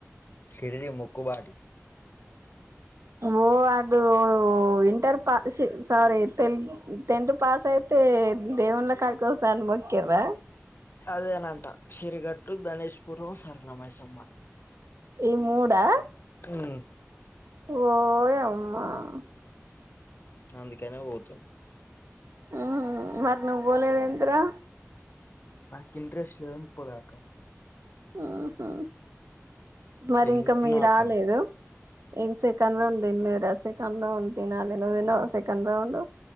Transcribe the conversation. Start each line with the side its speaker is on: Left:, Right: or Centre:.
Left: షిరిడీ మొక్కు బాడీ
Right: ఓ అదో వింటర్ పాస్ సి సారీ తెలు టెన్త్ పాస్ అయితే దేవుళ్ల కాడికి పోత అని మొక్కిరా
Left: అదేనంటా సిరిగట్లు, ధనేష్పురు, సరల మైసమ్మ
Right: ఈ మూడా
Left: ఉమ్
Right: ఓయమ్మా
Left: అందుకనే పోతు
Right: ఉ మరి నువ్వు పోలేదేంది రా
Left: నాకు ఇంట్రెస్ట్ పోలేక
Right: ఉహు మరి
Left: ఏం
Right: ఇంకా
Left: చేస్తున్నావ్
Right: మీ రాలేదు
Left: అక్క
Right: ఏక సెకండ్ రౌండ్ తిన్నలేరా సెకండ్ రౌండ్ తిన్నాలి ను్ తిన్నావా సెకండ్ రౌండ్